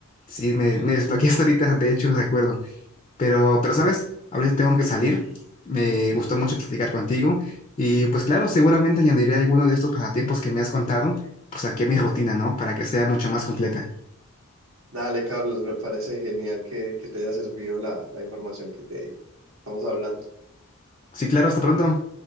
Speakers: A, on the left; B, on the right.
A: Sí, me, me desbloqueaste ahorita, de hecho, recuerdo. Pero, pero sabes, ahorita tengo que salir. Me gustó mucho platicar contigo. Y pues claro, seguramente añadiré alguno de estos pasatiempos que me has contado, pues aquí a mi rutina, ¿no? Para que sea mucho más completa.
B: Dale, Carlos, me parece genial que, que te haya servido la, la información que te di. Estamos hablando.
A: Sí, claro, hasta pronto.